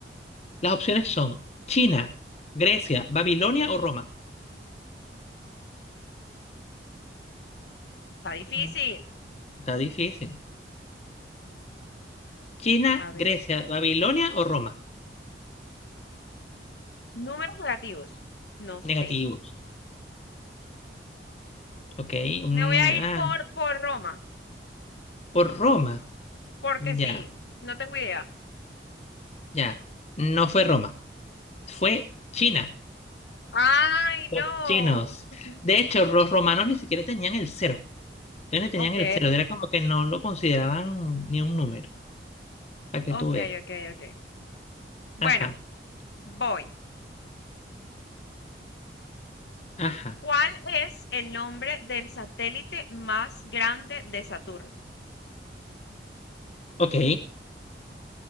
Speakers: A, on the left; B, on the left.
A: Las opciones son China, Grecia, Babilonia o Roma.
B: Está difícil.
A: Mm, Está difícil. China,
B: A ver,
A: Grecia, Babilonia o Roma.
B: números negativos. No sé.
A: Negativos, ok. Mm,
B: Me voy a
A: ah,
B: ir por, por Roma,
A: por Roma,
B: porque
A: ya,
B: sí, no tengo idea.
A: ya. No fue Roma, fue China,
B: Ay, no.
A: los chinos.
B: <laughs>
A: De hecho, los romanos ni siquiera tenían el cero, ellos ni tenían
B: Ok,
A: el cero, era como que no lo consideraban ni un número, para que
B: ok,
A: tú veas.
B: ok, ok. Bueno,
A: Ajá,
B: voy.
A: ajá,
B: ¿Cuál es el nombre del satélite más grande de Saturno?
A: ok.